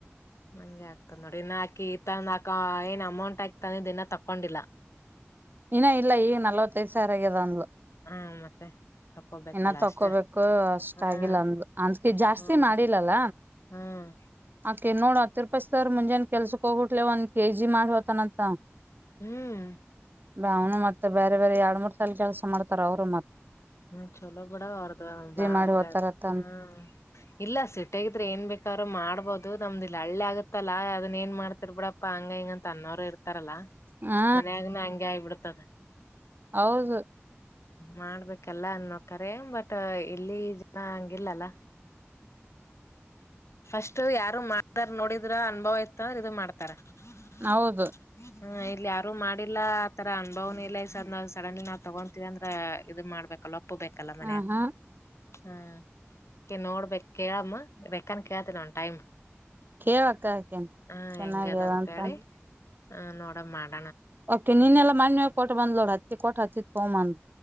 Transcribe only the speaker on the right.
ಇನ್ನ ಇಲ್ಲ ಈಗ ನಲ್ವತ್ತೈಸ ಆರಗದ ಅಂದ್ಲು
ಇನ್ನ ತಕೋಬೇಕು
ಅಷ್ಟ
ಆಗಿಲ್ಲ ಅಂದ ಅಂತಕಿ ಜಾಸ್ತಿ
ಮಾಡಿಲ್ಲಲ್ಲ.
<unintelligible> ಮುಂಜಾನ ಕೆಲ್ಸಕ್ ಹೋಗಿಟ್ಲ ಒಂದ ಎಜಿ ಮಾಡ್ ಹೊತನಂತ.
ಅವನು ಮತ್ತೆ ಬೇರೆ ಬೇರೆ ಎರಡ್ ಮೂರ್ ಸಲ ಕೆಲಸ ಮಾಡ್ತಾರ ಅವ್ರು ಮತ್ತ್
ಮಾಡಿ ಹೋತಾರತ್ತ
ಹಾ
ಹೌದು
ಹೌದು
ಹ ಹಾ
ಕೇಳಕ್ಕ ಆಕೇನ್
ಚೆನ್ನಾಗ್ಯದ
ಅಂತಂದ
ಓಕೆ ನೀನ್ಲ್ಲ ಮಾನ್ಯವ ಕೊಟು ಬಂದ್ಲೋಡ್ ಹತ್ತಿ ಕೊಟ್ಟಟ್ ಹತ್ತಿ ತಗೋ್ಂದ